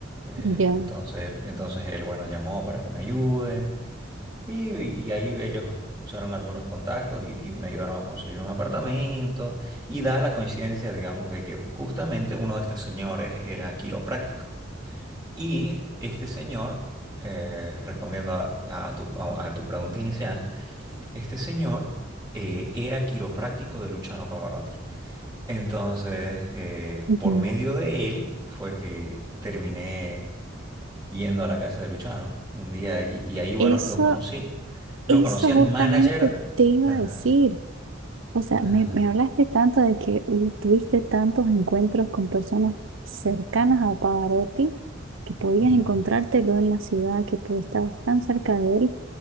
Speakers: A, on the right; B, on the right.
A: Eh,
B: ya.
A: entonces, entonces él, bueno, llamó para que me ayuden y, y ahí ellos usaron algunos contactos y, y me ayudaron a conseguir un apartamento. Y da la coincidencia, digamos, de que justamente uno de estos señores era quiropráctico. Y este señor, eh, respondiendo a, a tu, a- a tu pregunta inicial, este señor eh, era quiropráctico de Luciano Pavarotti. Entonces, eh,
B: ujú.
A: por medio de él fue que terminé yendo a la casa de Luchano un día y, y ahí, bueno,
B: Eso,
A: lo conocí, lo
B: eso
A: conocí al
B: justamente
A: manager.
B: te iba
A: Ajá,
B: a decir. O sea,
A: ajá,
B: me, me hablaste tanto de que hubi- tuviste tantos encuentros con personas cercanas a Pavarotti que podías
A: ujú,
B: encontrártelo en la ciudad, que tú estabas tan cerca de él.